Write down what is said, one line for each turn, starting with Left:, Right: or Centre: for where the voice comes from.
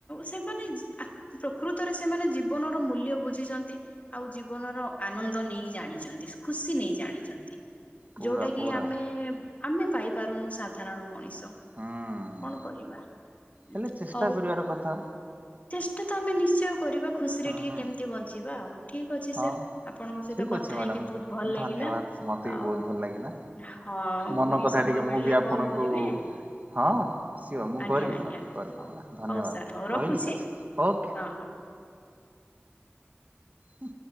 Left: ସେମାନେ ଆ ପ୍ରକୃତରେ ସେମାନେ ଜୀବନର ମୂଲ୍ୟ ବୁଝିଛନ୍ତି ଆଉ ଜୀବନର ଆନନ୍ଦ ଆନ୍ଦ ନେଇ ଜାଣିଛନ୍ତି ଖୁସି ନେଇ ଜାଣିଛନ୍ତି।
Right: ପୁରା
Left: ଯୋଉଟା କି
Right: ପୁରା
Left: ଆମେ ଆମେ ପାଇପାରୁନୁ ସାଧାରଣ ମଣିଷ
Right: ହୁଁ।
Left: କଣ କରିବା? ଉଁ,
Right: ହେଲେ ଚେଷ୍ଟା
Left: ହଉ
Right: କରିବାର କଥା।
Left: ଚେଷ୍ଟା ତ ଆମେ ନିଶ୍ଚୟ କରିବା ଖୁସି ରେ
Right: ହୁଁ
Left: ଟିକେ କେମିତି ବଞ୍ଚିବା ଆଉ ଠିକ ଅଛି
Right: ହଁ
Left: ସାର୍ ଆପଣଙ୍କ ସହିତ
Right: ଠିକ
Left: କଥା
Right: ଅଛି ମ୍ୟାଡାମ।
Left: ହେଇକି ବହୁତ ଭଲ ଲାଗିଲା।
Right: ଧନ୍ୟବାଦ ମତେ ବି
Left: ଆଉ
Right: ବହୁତ ଭଲ ଲାଗିଲା
Left: ହଁ
Right: ମନ
Left: ପୁଣି
Right: କଥା
Left: ସମୟ
Right: ଟିକେ
Left: ମିଳିଲେ
Right: ମୁଁ ବି ଆପଣଙ୍କୁ
Left: କଲ୍ କରିବେ
Right: ହଁ ସିଏ ମୁଁ
Left: ଆଜ୍ଞା
Right: କରିବି
Left: ଆଜ୍ଞା
Right: ମ୍ୟାଡାମ କରିବି
Left: ହଉ
Right: ହେଲା ଧନ୍ୟବାଦ
Left: ହଉ ସାର୍ ହଉ ରଖୁଛି
Right: ରହିଲି। ଓକେ।
Left: ହଁ
Right: ହ